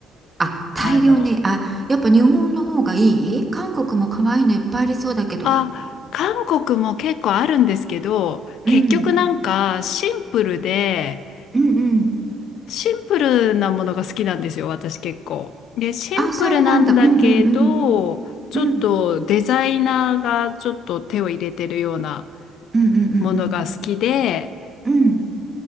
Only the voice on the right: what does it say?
あ、大量に。
あ、やっぱ日本の方がいい韓国も可愛いのいっぱいありそうだけど。
うん。
うんうん。
あ、そうなんだ。うんうん
うん。うんうんうんうん
うん。